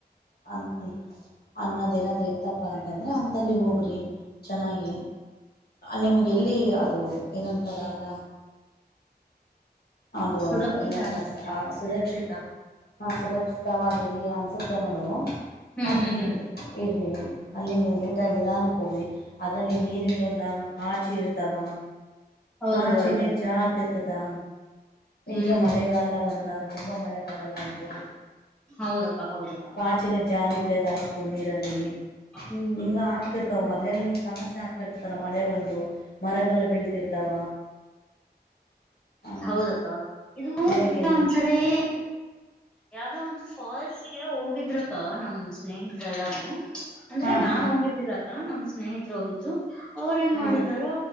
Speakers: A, on the left; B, in the centre.
A: ಅನ್ ಅನ್ನದೇಏನಾದೂ ಇತ್ತಪ್ಪ ಅಂತಂದರೆೆ ಅಥಲ್ಲಿ ಹೋಗ್ರಿ ಚೆನ್ನಾಗಿ. ನಿಮಗೆ ಎಲ್ಲಿ ಅದು ಏನಂತರ ಅಲ್ಲ. ಅದು
B: ಸುರಕ್ಷಿತ
A: ಏನಪ್ಪಾ
B: ಅನ್ಸುತ್ತೆ
A: ಅಂತ ಸುರಕ್ಷಿತ. ನ ಸುರಕ್ಷಿತವಾಗಿ ಎಲ್ಲಿ ಅನಿಸುತ್ತೆ ನೋಡು
B: ಹ್ಮ್
A: ಅಲ್ಲಿ.
B: ಹ್ಮ್ ಹ್ಮ್
A: ಇರಿ ಅಲ್ಲಿಂದ ನೀಟಾಗಿ ನಿಧಾನಕ್ಕೆ ಹೋಗ್ರಿ ಅದರಲ್ಲಿ ನೀರಿಂದಂದು. ದ ಪಾಚಿ ಇರತವ
B: ಹೌದ
A: ಪಾಚಲಿ
B: ಹೌದಕ್ಕ
A: ಜಾರ್ ತತದಾ.
B: ಹ್ಮ್
A: ಈಗ ಮಳೆಗಾಲ ಒಂದ ತುಂಬಾ ಮಳೆಗಾಲ ಅಲ್ಲ ಇದು.
B: ಹೌದಕ್ಕ ಹೌದ ಹೌದ.
A: ಆಕ್ಚುಲಿ ಜಾರಿ ಬೆಳೆದಾಗಿತ್ತು ನೀರಲ್ಲಿ
B: ಹ್ಮ್ ಹ್ಮ್
A: ಹಿಂಗ ಹಾಕ್ತಿ ಅಲ್ಲೆಲ್ಲಿ ಸಮಸ್ಯೆ ಆಗ್ತಿರ್ತತಲ ಮಳೆ ಒಂದು ಮರಗಳು ಬೀಳ್ತಿರ್ತಾವ. ಹ
B: ಹೌದಕ್ಕ ಇದು
A: ಇವಾಗ
B: ಮುನೇ
A: ಎಲ್ಲಿ
B: ಒಂದ್ಸರಿ ಇ. ಯಾವ್ದೋ ಒಂದು ಫಾಲ್ಸ್ಗೆ ಹೋಗಿದ್ರಕ್ಕ ನಮ ಸ್ನೇಹಿತ್ರೆ ಎಲ್ಲಾರೂ. ಅಂದ್ರೆ
A: ಹಾ
B: ನಾನ್
A: ಹಾ
B: ಹೋಗಿದ್ದಿಲ್ಲಕ್ಕ ನಮ್ ಸ್ನೇಹಿತರು ಹೋಗಿದ್ರು ಅವರ ಏನ್
A: ಹಾ
B: ಮಾಡಿದಾರ.